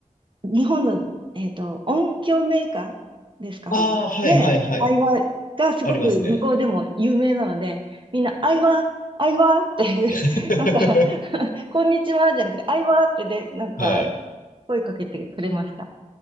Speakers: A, on the right; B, on the left.
A: 日本の、えっと、音響メーカーですかね、
B: ああ、はいはいはい。
A: アイワがすごく向こうでも有名なので、
B: ありますね。
A: みんな、アイワ、アイワって
B: <laughs>
A: <laughs> なんか <laughs> こんにちはじゃなくて、アイワってで、なんか、
B: はい。
A: 声かけてくれました。